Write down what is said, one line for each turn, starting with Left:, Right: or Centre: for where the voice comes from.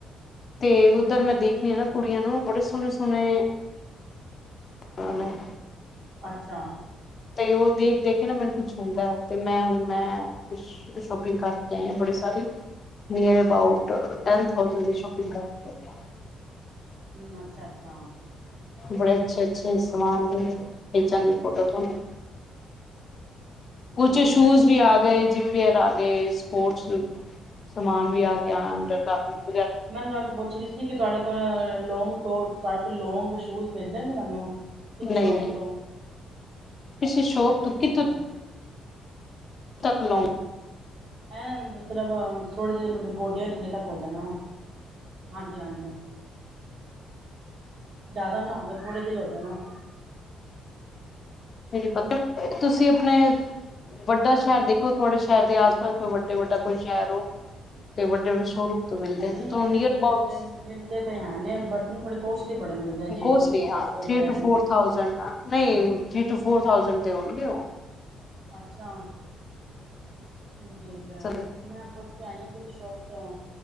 Left: ਤੇ ਓਧਰ ਮੈਂ ਦੇਖਣੀ ਹਾਂ ਨਾ ਕੁੜੀਆਂ ਨੂੰ ਬੜੇ ਸੋਹਣੇ ਸੋਹਣੇ ਹਾਂ ਨਾਂ।
Right: ਅੱਛਾ।
Left: ਤੇ ਉਹ ਦੇਖ ਦੇਖ ਕੇ ਨਾ ਮੈਨੂੰ ਕੁਛ ਹੁੰਦਾ ਹੈ, ਤੇ ਮੈਂ ਹੁਣ ਮੈਂ ਸ਼ੋਪਿੰਗ ਕਰਕੇ ਆਈ ਆ ਬੜੀ ਸਾਰੀ ਨੀਅਰ ਅਬਾਊਟ ਟੈਨ ਥਾਊਸੈਂਡ ਦੀ ਸ਼ੋਪਿੰਗ ਕਰਕੇ ਆਈ ਆ।
Right: ਹੂੰ ਅੱਛਾ, ਅੱਛਾ।
Left: ਬੜੇ ਅੱਛੇ ਅੱਛੇ ਸਮਾਨ ਨੇ ਪੇਜੰਗੀ ਫੋਟੋ ਤੁਆਨੂੰ। ਕੁਝ
Right: ਠੀਕ
Left: ਸ਼ੂਜ
Right: ਹੈ।
Left: ਵੀ ਆ ਗਏ। ਵੀ ਆਗੇ ਸਪੋਰਟਸ ਸਮਾਨ ਵੀ ਆ ਗਿਆ, ਅੰਡਰ ਗਾਰਮੈਟਸ
Right: ਮੈਂ ਰੰਗ ਪੁੱਛ ਰਹੀ ਜੀ ਕਿ ਤੁਹਾਡੇ ਕੋਲ ਲੌਂਗ ਤੋਂ, ਤਾਦੇ ਲੋਂਂਗ ਸ਼ੂਜ ਮਿਲ ਜਾਣਗੇ ਮੈਨੂੰ। ਕਿਸੇ ਸ਼ੋਪ
Left: ਨਈ, ਨਈ,
Right: ਤੋਂ
Left: ਕਿਸੇ ਸ਼ੋਪ
Right: ਕਿੱਧਰੋਂ
Left: ਤੋਂ
Right: ਵੀ
Left: ਕਿੱਥੋਂ
Right: ਮਿਲਦਾ
Left: ਤੱਕ ਲੋ ਗ
Right: ਐ ਮਤਲਬ ਥੋੜੇ ਜਿਹੇ ਮਤਲਬ ਗੋਡਿਆਂ ਥੱਲੇ ਤੱਕ ਹੋ ਜਾਣ। ਹਾਂਜੀ, ਹਾਂਜੀ। ਜਾਦਾ ਨਾ ਹੋਵੇ ਥੋੜੇ ਜਹੇ ਹੋ ਜਾਣ।
Left: ਮੇਰੇ ਪਤਾ, ਤੁਸੀ ਅਪਨੇ ਵੱਡਾ ਸ਼ੈਰ ਦੇਖੋ ਤੁਅਦੇ ਸ਼ੈਰ ਦੇ ਆਸ-ਪਾਸ ਕੋਈ ਵੱਡੇ ਵੱਡਾ ਕੋਈ ਸ਼ੈਰ ਹੋ ਤੇ ਵੱਡੇ ਵੱਡੇ ਸ਼ੋਰੂਮ ਤੋਂ ਮਿਲਦੇ
Right: ਨਈ
Left: ਤੁਹਾਨੂੰ
Right: ਮਿਲ
Left: ਨੀਅਰ
Right: ਮਿਲਦੇ,
Left: ਅਬਾਊਟ
Right: ਮਿਲਦੇ ਤੇ ਹੈ ਨੇ ਬਟ ਓ ਥੋੜੇ ਕੋਸਟਲੀ ਬੜੇ ਮਿਲਦੇ ਜੀ
Left: ਕੋਸਟਲੀ
Right: ਪੰਦਰਾਂ
Left: ਹਾਂ,
Right: ਸੌ
Left: ਥ੍ਰਰੀ
Right: ਦੇ ਹੈ
Left: ਟੂ ਫੋਰ ਥਾਊਜੈਂਡ, ਨਹੀ,
Right: ਹਾਂ
Left: ਥ੍ਰਰੀ ਟੂ ਫੋਰ ਥਾਊਜੈਂਡ ਤੇ ਹੋਣਗੇ ਓ।
Right: ਅੱਛਾ। ਠੀਕ ਐ,
Left: ਚਲੋ
Right: ਮੈਂ ਪੁੱਛ ਕੇ ਆਈ ਆ ਸ਼ੋਪ ਤੋਂ